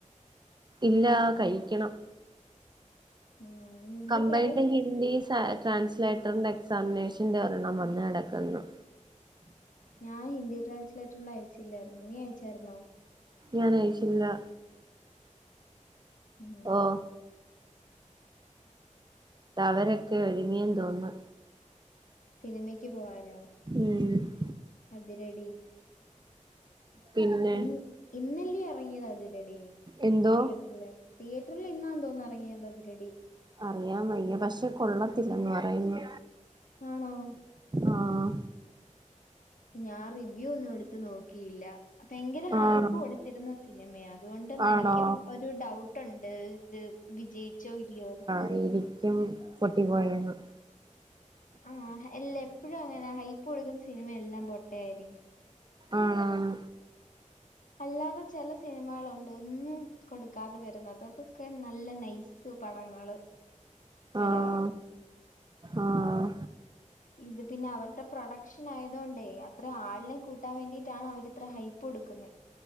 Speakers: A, on the right; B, on the left.
A: ഇല്ലാ, കഴിക്കണം.
B: ഉം ഇന്ന് എന്തു
A: കമ്പൈൻഡ്
B: കറി
A: ഹിന്ദി സാ ട്രാൻസ്ലേറ്ററിന്റെ എക്സാമിനേഷന്റെ ഒരെണ്ണം വന്ന് കെടക്കുന്നു
B: ഞാൻ ഹിന്ദി ട്രാൻസ്ലേറ്ററിൻ്റെ അയച്ചില്ലായിരുന്നു. നീ അയച്ചായിരുന്നോ?
A: ഞാനയച്ചില്ല.
B: ഉം
A: ഓഹ് ദ അവരൊക്കെ ഒരുങ്ങിയെന്ന് തോന്നുന്ന്.
B: സിനിമക്ക് പോവാനോ?
A: മ്മ്
B: അതിരെടി
A: പിന്നെ
B: ഇന്ന്, ഇന്നല്ല്യോ ഇറങ്ങിയത് അതിരെടി
A: എന്തോ
B: തിയേറ്റർല് തിയേറ്റർല് ഇന്നാന്ന് തോന്നുന്നു ഇറങ്ങിയത് അതിരടി.
A: അറിയാൻ വയ്യ പക്ഷെ കൊള്ളത്തില്ലന്ന് പറയുന്നു.
B: ആണോ
A: ആഹ്
B: ഞാൻ റിവ്യൂ ഒന്നും എടുത്ത് നോക്കിയില്ല. അഹ് ഭയങ്കര ഹൈപ്പ്
A: ആഹ്
B: കൊടുത്തിരുന്ന സിനിമയാ അതുകൊണ്ട് നെനിക്കും
A: ആണോ
B: ഒരു ഡൗട്ടുണ്ട്. ദ് വിജയിച്ചോ ഇല്ലിയോന്ന്.
A: ശരിക്കും പൊട്ടി പോയാണ്.
B: ആഹ് എല്ല എപ്പോഴും അങ്ങനെ ഹൈപ്പ് കൊടുക്കുന്ന സിനിമയെല്ലാം പൊട്ടയായിരിക്കും.
A: ആണാണ്
B: അല്ലാതെ ചില സിനിമകളുണ്ട്. ഒന്നും കൊടുക്കാതെ വരുന്നത്. അതൊക്കെ നല്ല നൈസ് പടങ്ങള്. വരാറുണ്ട്.
A: ആഹ് ആഹ്
B: ഇത് പിന്നെ അവരുടെ പ്രൊഡക്ഷൻ ആയതൊണ്ടേ അത്ര ആളിനെ കൂട്ടാൻ വേണ്ടിട്ടാണ് അവര് ഇത്ര ഹൈപ്പ് കൊടുക്കുന്നേ.